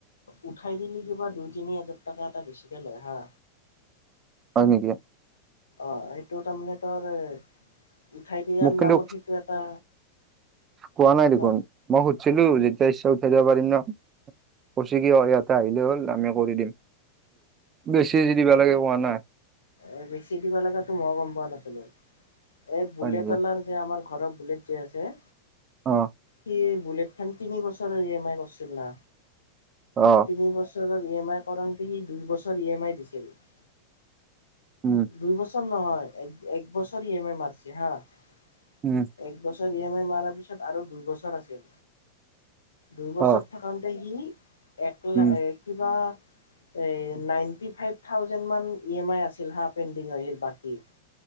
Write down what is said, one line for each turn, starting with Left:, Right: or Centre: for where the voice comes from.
Left: উঠাই দিলি কিবা দুই তিনি হাজাৰ টকা এটা বেছিকে লয় হা।
Right: হয় নেকি?
Left: অ' সেইটো তাৰমানে তাৰে উঠাই দিয়াৰ
Right: মোক কিন্তু
Left: নামত সেইটো এটা
Right: কোৱা নাই দেখোন
Left: হা
Right: মই সুধিছিলো যেতিয়া ইচ্ছা উঠাই দিব পাৰিম ন কৈছে কি ইয়াতে আহিলে হ'ল আমি কৰি দিম বেছি যে দিব লাগে কোৱা নাই।
Left: এ বেছি দিব লগাতো মই গম পোৱা নাছিলো এই বুলেট
Right: হয় নেকি?
Left: অনাৰ যে আমাৰ ঘৰৰ বুলেট যে আছে।
Right: অ
Left: সি বুলেটখন তিনি বছৰৰ ই এম আই কৰিছিল না
Right: অ
Left: তিনি বছৰৰ ইএমআই কৰাওঁতে সি দুই বছৰ ইএমআই দিছিল। <unintelligible>
Right: উম,
Left: দুই বছৰ নহয় এক-এক বছৰ ইএমআই মাৰিছে হা। <unintelligible>
Right: উম। <inaudible>
Left: এক বছৰ ইএমআই মৰাৰ পিছত আৰু দুই বছৰ আছিল। দুই বছৰত
Right: অ',
Left: <unintelligible> থাকোঁংতে সি এক
Right: উম,
Left: লা এক <unintelligible> কিবা এ নাইনটি ফাইভ থাউজেন্ড মান ইএমআই আছে <unintelligible> চিন্হা <unintelligible> পেইণ্ডিংৰ এইৰ বাকী।